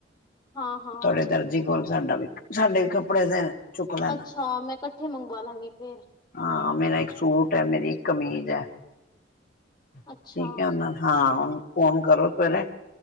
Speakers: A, on the left (about 20°); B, on the left (about 50°).
A: ਹਾਂ ਹਾਂ
B: ਤੁਹਾਡੇ ਦਰਜੀ ਕੋਲ ਸਾਡਾ ਵੀ ਸਾਡੇ ਵੀ ਕੱਪੜੇ ਦੇ ਚੁੱਕ ਲੈਣਾ
A: ਅੱਛਾ ਮੈਂ ਕੱਠੇ ਮੰਗਵਾ ਲਾਂਗੀ ਫੇਰ
B: ਹਾਂ ਮੇਰਾ ਇੱਕ ਸੂਟ ਐ ਮੇਰੀ ਇੱਕ ਕਮੀਜ਼ ਹੈ ਠੀਕ
A: ਅੱਛਾ
B: ਹੈ ਓਹਨਾ ਦ ਹਾਂ ਓਹਨੂੰ ਫੋਨ ਕਰੋ ਸਵੇਰੇ